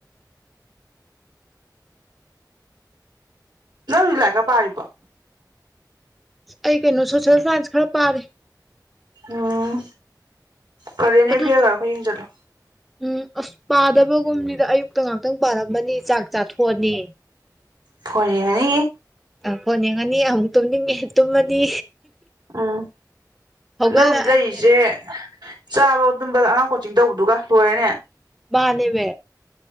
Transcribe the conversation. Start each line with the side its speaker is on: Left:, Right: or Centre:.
Right: ꯅꯧ ꯖꯤꯛ ꯂꯥꯏꯔꯤꯛꯀ ꯄꯥꯥꯔꯤꯕꫭ
Centre: ꯑꯩ ꯀꯩꯅꯣ ꯁꯣꯁꯦꯜ ꯁꯥꯏꯟꯁ ꯈꯔ ꯄꯥꯔꯤ
Right: ꯎꯝ ꯀꯔꯦꯟ ꯑꯦꯐꯤꯌꯥꯔꯒꯔꯣ
Centre: ꯑꯗꯨꯁꯨ
Right: ꯈꯔ ꯌꯦꯡꯁꯜꯂꯣ
Centre: ꯎꯝ ꯑꯁ ꯄꯥꯗꯕꯒꯨꯝꯅꯤꯗ ꯑꯌꯨꯛꯇ ꯉꯍꯥꯛꯇꯪ ꯄꯥꯔꯝꯕꯅꯤ ꯆꯥꯛ ꯆꯥꯊꯣꯛꯑꯅꯤ
Right: ꯐꫭꯟ ꯌꯦꯡꯉꯅꯤ
Centre: ꯑ ꯐꫭꯟ ꯌꯦꯡꯉꯅꯤ ꯑꯃꯨꯛ ꯇꯨꯝꯅꯤꯡꯉꯦ ꯇꯨꯝꯃꯅꯤ
Right: ꯑꯥ
Centre: ꯍꯧꯒꯠꯂꯛꯑꯅꯤ
Right: ꯅꯪ ꯍꯧꯖꯤꯛ ꯂꯩꯔꯤꯁꯦ ꯆꯥꯔꯣ ꯗꯨꯝꯕ ꯑꯉꯥꯡ ꯀꯣꯆꯤꯡ ꯇꯧꯕꯗꯨꯒ ꯂꯣꯏꯔꯦꯅꯦ
Centre: ꯃꯥꯅꯦꯃꯦ